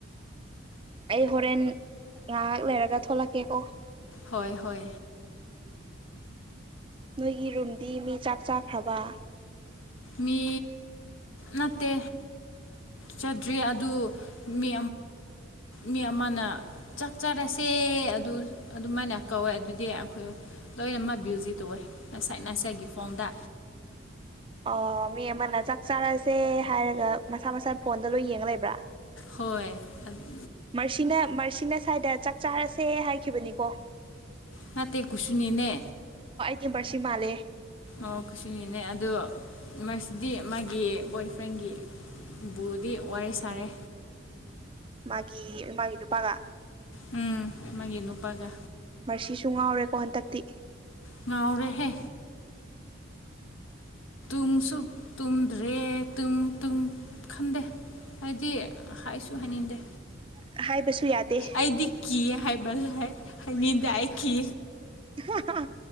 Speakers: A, on the right; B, on the left.
A: ꯑꯩ ꯍꯣꯔꯦꯟ ꯉꯥꯏꯍꯥꯛ ꯂꯩꯔꯒ ꯊꯂꯛꯀꯦꯀꯣ
B: ꯍꯣꯏ ꯍꯣꯏ
A: ꯅꯣꯏꯒꯤ ꯔꯨꯝꯗꯤ ꯃꯤ ꯆꯥꯛ ꯆꯥꯈ꯭ꯔꯕ
B: ꯃꯤ ꯅꯠꯇ ꯆꯠꯇ꯭ꯔꯤ ꯑꯗꯨ ꯃꯤ ꯃꯤ ꯑꯃꯅ ꯆꯠꯆꯔꯦ ꯆꯁꯦ ꯑꯗꯨ ꯑꯗꯨꯃꯥꯏꯅ ꯀꯧꯋꯦ ꯑꯗꯨꯗꯤ ꯑꯩꯈꯣꯏ ꯂꯣꯏꯅꯃꯛ ꯕꯌꯨꯖꯤ ꯇꯧꯋꯦ ꯉꯁꯥꯏ ꯉꯁꯥꯏꯒꯤ ꯐꯣꯝꯗ
A: ꯑꯣ ꯃꯤ ꯑꯃꯅ ꯆꯥꯛ ꯆꯥꯔꯁꯦ ꯍꯥꯏꯔꯒ ꯃꯁꯥ ꯃꯁꯥ ꯐꯣꯟꯗ ꯂꯣꯏ ꯌꯦꯡ ꯂꯩꯕ꯭ꯔꯥ
B: ꯍꯣꯏ ꯑꯗꯨ
A: ꯃꯁꯤꯁꯤꯅ ꯃꯔꯁꯤꯅ ꯁ꯭ꯥꯏꯗ ꯆꯥꯛ ꯆꯥꯔꯁꯦ ꯍꯥꯏꯈꯤꯕꯅꯤꯀꯣ
B: ꯅꯇꯩ ꯀꯨꯁꯤꯅꯤꯅꯦ
A: ꯕꯔꯁꯤ ꯃꯥꯂꯦ
B: ꯑꯣ ꯈꯨꯁꯤꯅꯤꯅꯦ ꯑꯗꯨꯗ ꯃꯁꯤꯗꯤ ꯃꯥꯒꯤ ꯕꯣꯏ ꯐ꯭ꯔꯦꯟꯒꯤꯕꯨꯗꯤ ꯋꯥꯔꯤ ꯁꯥꯔꯦ
A: ꯃꯥꯒꯤ ꯃꯥꯒꯤ ꯅꯨꯄꯥꯒ
B: ꯎꯝ ꯃꯥꯒꯤ ꯅꯨꯄꯥꯒ
A: ꯃꯔꯁꯤꯁꯨ ꯉꯥꯎꯔꯦꯀꯣ ꯍꯟꯗꯛꯇꯤ
B: ꯉꯅꯥꯎꯔꯦꯍꯦ ꯇꯨꯡꯁꯨ ꯇꯨꯝꯗ꯭ꯔꯦ ꯇꯨꯡ ꯇꯨꯡ ꯈꯟꯗꯦ ꯍꯥꯏꯗꯤ ꯍꯥꯏꯁꯨ ꯍꯥꯏꯅꯤꯡꯗꯦ
A: ꯍꯥꯏꯕꯁꯨ ꯌꯥꯗꯦ
B: ꯑꯩꯗꯤ ꯀꯤ ꯍꯥꯏꯕ ꯍꯥꯏꯅꯤꯡꯗ ꯑꯩ ꯀꯤ
A: ꯑ